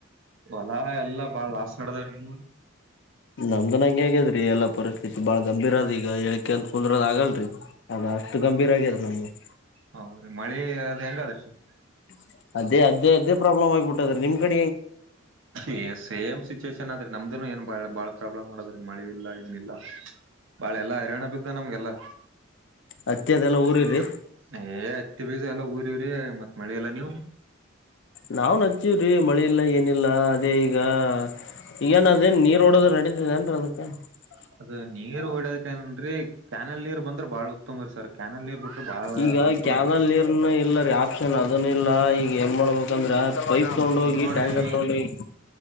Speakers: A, on the right; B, on the left.
A: ಹೊಲಾ ಎಲ್ಲಾ ಬಾಳ್ ಲಾಸ್ ನಡದಾವ್ರಿ ನಿಮ್ಮೂರಿ
B: ನಮ್ದನು ಹಂಗೆ <unintelligible> ಆಗ್ಯದ್ರೀ ಎಲ್ಲಾ ಪರಿಸ್ಥಿತಿ ಬಾಳ ಗಂಭೀರ ಅದೆ ಯಾಕ್ ಅಂತ್ ಕುಂದ್ರದ ಆಗಲ್ ರಿ ಅದ ಅಷ್ಟ ಗಂಭೀರ ಆಗ್ಯದ ನಮಗ <unintelligible>
A: ಹೌದರೀ ಮಳೆ ಅದು ಹೆಂಗ್ ಅದ <unintelligible>
B: <unintelligible> ಅದೇ ಅದೇ ಅದೇ ಪ್ರಾಬ್ಲಮ್ ಆಗ್ಬಿಟ್ಟದ್ ರಿ ನಿಮ್ ಕಡ್
A: ಏ ಸೇಮ್ ಸಿ <unintelligible> ಚಿಶನ್ನ್ನಾದ್ರಿ ನಮ್ದುೂ ಏನ್ ಬಾಳ ಬಾಳ ಪ್ರಾಬ್ಲಮ್ ಮಾಡದ್ರಿ ಮಳೆ ಇಲ್ಲ ಏನಿಲ್ಲ. <unintelligible> ಬಾಳ ಎಲ್ಲಾ ಹೈರಾಣ ಬಿದ್ದ ನಮಗ ಎಲ್ಲಾ
B: ಹತ್ತಿ ಅದೆಲ್ಲಾ
A: ಏ <unintelligible>
B: ಊರಿರಿ
A: ಬಿತ್ತಿ ಬೀಜ ಎಲ್ಲಾ ಹುದಿ ಕುಂತಿವರಿ ಮತ್ತ ಮಳೆ ಇಲ್ಲ ನೀವು <unintelligible>
B: ನಾವ್ ನಚ್ಚವ್ರೀ ಮಳಿ ಇಲ್ಲ ಏನಿಲ್ಲ ಅದೇ ಈಗ ಈಗೇನ್ ಅದೇನ್ ನೀರ್ ಹೊಡದರ್ ನಡತಿ ಏನ್ರೀ ಅದಕ್ಕ <unintelligible>
A: ಅದ ನೀರ್ ಒಡ್ಯಾಕನರಿ ಕ್ಯಾನಲ್ ನೀರ್ ಬಂದ್ರ ಬಾಳ <unintelligible> ಕ್ಯಾನಲ್ ನೀರ್ ಬಿಟ್ರ ಬಾಳ
B: ಈಗ
A: ಅನುಕೂಲ
B: ಕ್ಯಾನಲ್
A: ಆತ್ರಿ
B: ನೀರನ್ನ ಇಲ್ಲರಿ ಆಪ್ಷನ್ ಅ <unintelligible> ಅದನ ಇಲ್ಲ ಈಗ ಏನ್ ಮಾಡ್ಬೇಕಂದ್ರ <unintelligible> <inaudible> ಪೈಪ್ ತಗೊಂಡ ಹೋಗಿ
A: ನೋಡ್ರಿ
B: ಟ್ಯಾಂಕಹತ್ತಗೊಂಡ
A: ಈಗ
B: ಹೋಗಿ